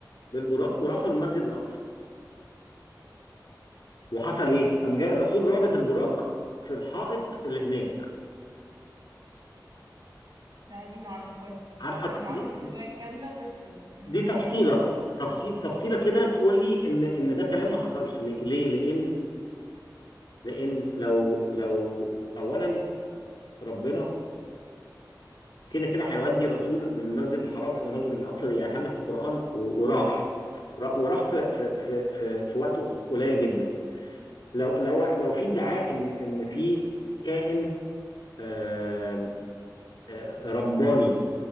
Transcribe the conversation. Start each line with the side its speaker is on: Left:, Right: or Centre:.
Left: بالبراق وراحوا للمسجد الاقصى وحصل
Right: تمام
Left: ايه قام جاي الرسول رابط البراق في الحائط اللي هناك
Right: لا دي معرفهاش دي بصراحة
Left: عارفه
Right: انا معرفش
Left: دي
Right: الرواية كاملة بس في النهاية
Left: دي تفصيله تفصيل تفصيله
Right: اوكي
Left: كده تقول لي ان ان ده كلام ما حصلش ليه ليه؟ لان لان لو لو اولا ربنا كده كده هيودي الرسول من المسجد الحرام الى المسجد الاقصى يقرأها لنا في القران و- وراح را- وراح في في في في, في وقت قليل جدا لو لو لو في ادعاء ان ان في كائن آم، آه، رباني